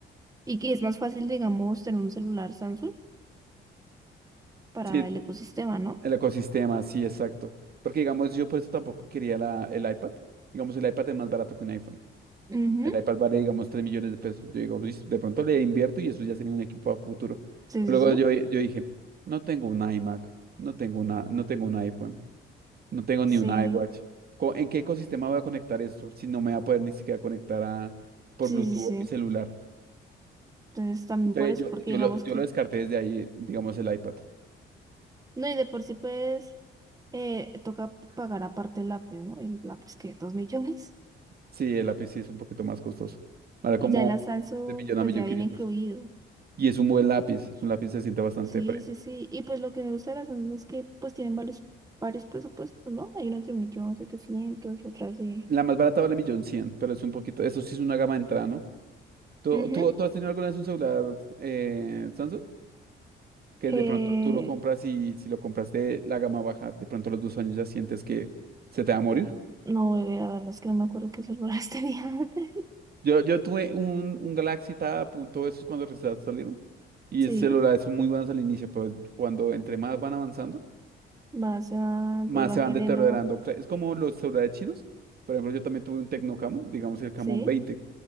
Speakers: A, on the right; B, on the right.
A: Y que es más fácil, digamos, tener un celular Samsung para
B: Sí,
A: el ecosistema, ¿no?
B: el ecosistema, sí, exacto. Porque digamos, yo por eso tampoco quería la, el iPad. Digamos, el iPad es más barato que un iPhone.
A: Ujú.
B: El iPad vale, digamos, 3 millones de pesos. Yo digo, "Uy, de pronto le invierto y eso ya sería un equipo a futuro.
A: Sí,
B: Luego
A: sí, sí.
B: yo, yo dije, no tengo un iMac, no tengo una, no tengo un iPhone, no tengo ni
A: Sí,
B: un iWatch. Co- ¿En qué ecosistema voy a conectar esto si no me va a poder ni siquiera conectar a, por
A: sí,
B: Bluetooth
A: sí, sí.
B: a mi celular?
A: Entonces también
B: Entonces
A: por eso,
B: yo,
A: porque
B: yo
A: digamos
B: lo, yo
A: que,
B: lo descarté desde ahí, digamos, el iPad.
A: no, y de por sí pues eh, toca pagar aparte el lápiz, ¿no? El lápiz que dos millones. <laughs>
B: Sí, el lápiz sí es un poquito más costoso. Vale como
A: Y ya la Samsung
B: de millón
A: pues
B: a millón
A: ya
B: quinientos.
A: viene incluido.
B: Y es un buen lápiz, es un lápiz que se siente bastante...
A: Sí,
B: pre-
A: sí, sí. Y pues lo que me gusta de las Samsung es que pues tienen varios, varios presupuestos, ¿no? Hay unos de un millón, setecientos, otras de...
B: La más barata vale millón cien, pero es un poquito, eso sí es una gama de entrada, ¿no? ¿Tú,
A: Ujú.
B: tú, tú has tenido alguna vez un celular eh, Samsung? Que
A: Eh,
B: de pronto tú lo compras y si lo compraste la gama baja, de pronto a los dos años ya sientes que se te va a morir.
A: No, bebé, la verdad es que no me acuerdo qué celulares <laughs> tenía antes.
B: Yo, yo tuve un, un Galaxy Tab, punto, esos cuando recién salieron. Y
A: Sí,
B: esos celulares son muy buenos al inicio, pero cuando entre más van avanzando,
A: vas a,
B: más
A: pues van
B: se van
A: perdiendo,
B: deteriorando. Cla- Es como los celulares chinos. Por ejemplo, yo también tuve un Tecno Camon, digamos el Camon
A: sí,
B: veinte